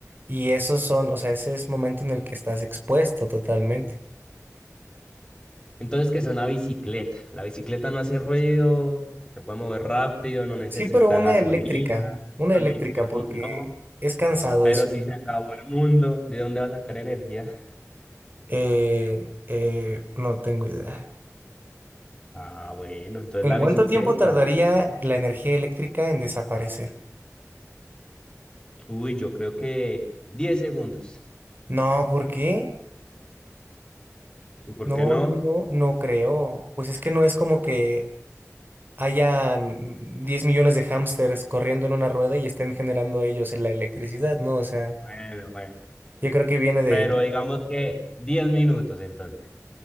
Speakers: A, on the right; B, on the left.
A: Y esos son, o sea, ese es momento en el que estás expuesto totalmente.
B: Entonces, que es una bicicleta. La bicicleta no hace ruido, se puede mover rápido, no necesita
A: Sí, pero una
B: gasolina,
A: eléctrica, una
B: no
A: eléctrica,
B: necesita energía,
A: porque
B: no.
A: es cansado
B: Pero
A: eso.
B: si se acabó el mundo, ¿de dónde va a sacar energía?
A: Eh, eh, no tengo idea.
B: Ah, bueno, entonces
A: ¿En
B: la
A: cuánto
B: bicicleta,
A: tiempo tardaría
B: una bicicleta.
A: la energía eléctrica en desaparecer?
B: Uy, yo creo que 10 segundos.
A: No, ¿por qué?
B: ¿Y por
A: No,
B: qué no?
A: no, no, no creo. Pues es que no es como que hayan 10 millones de hámsters corriendo en una rueda y estén generando ellos la electricidad, ¿no? O sea,
B: Bueno, bueno.
A: yo creo que viene de...
B: Pero digamos que 10 minutos entonces.